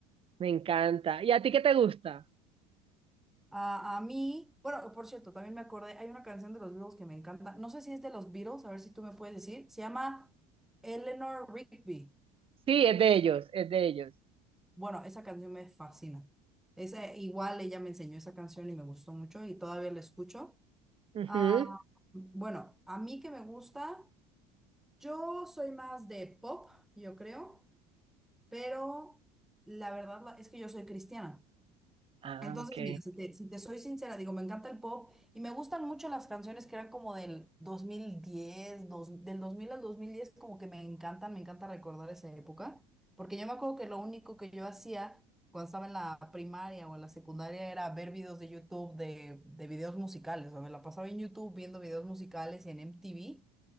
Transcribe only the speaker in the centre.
A, a mí, bueno, por cierto, también me acordé, hay una canción de los Beatles que me encanta, no sé si es de los Beatles, a ver si tú me puedes decir, se llama Eleanor Rigby.
Bueno, esa canción me fascina. Esa, igual ella me enseñó esa canción y me gustó mucho y todavía la escucho.
Ah, bueno, a mí que me gusta, yo soy más de pop, yo creo, pero la verdad la- es que yo soy cristiana.
Entonces,
mira, si te, si te soy sincera, digo, me encanta el pop y me gustan mucho las canciones que eran como del 2010, dos- del 2000 al 2010, como que me encantan, me encanta recordar esa época, porque yo me acuerdo que lo único que yo hacía cuando estaba en la primaria o en la secundaria era ver videos de YouTube de, de videos musicales, o sea, me la pasaba en YouTube viendo videos musicales y en MTV,